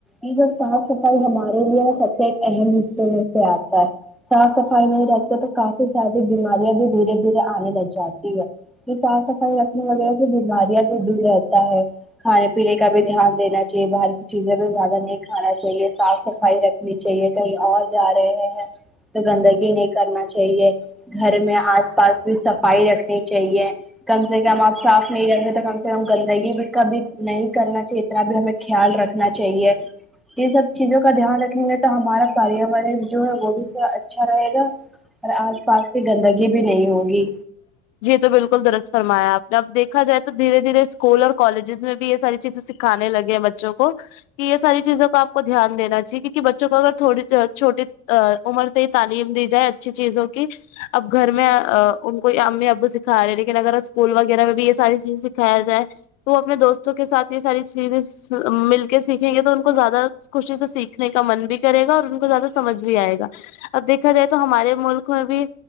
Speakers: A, in the centre; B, on the left.
A: یہ جو صاف صفائی ہمارے لیے سب سے ایک اہم حصے میں سے آتا ہے صاف صفائی نہیں رکھتے ہے تو کافی ساری بیماریاں بھی دھیرے دھیرے آنے لگ جاتی ہے کہ صاف صفائی رکھنے وغیرہ سے بیماریاں بھی دور رہتا ہے کھانے پینے کا بھی دھیان دینا چاہیے باہر کی چیزیں بھی زیادہ نہیں کھانا چاہیے صاف سفا ئی صفائی رکھنی چاہیے کہیں اور جا رہے ہیں تو گندگی نہیں کرنا چاہیے گھر میں آج آس پاس کی صفائی رکھنی چاہیے کم سے کم آپ صاف نہیں رکھتے تو کم گندگی کا بھی نہیں کرنا چاہیے اتنا بھی ہمیں خیال رکھنا چاہیے ان سب چیزوں کا دھیان رکھیں گے تو ہمارا پیاورن جو ہے وہ بھی تھوڑا اچھا اچھا رہے گا اور آس پاس کی گندگی بھی نہیں ر ہے ہوگی
B: ہ جی تو بالکل درست فرمایا آپ نے اب دیکھا جائے تو دھیر دھیرے اسکول اور کالجزس میں بھی یہ ساری چیزیں سکھ کھانے لگے ہیں بچوں کو کہ یہ ساری چیزوں کا آپ کو دھیان دیناچا ہیے کیونہ بچوں کو اگر تھوڑی چھوٹی عمر سے ہی تعلیم دی جائے اچھی چیزوں کی اب گھر میں ان کو امی ابو سکھا رہ ہیں لیکن اگر اسکول وغیرہ میں بھی یہ ساری چیزیں سکھایا جائے تو وہ اپنے دوستوں کے ساتھ یہ ساری چیزیں مل کے سیکھیں گے تو ان کو زیادہ خوشی سے سیکھنے کا من بھی کرے گا اور ان کو زیادہ سمجھ بھی آئے گا اب دیکھا جائے تو ہمارے ملک میں بھی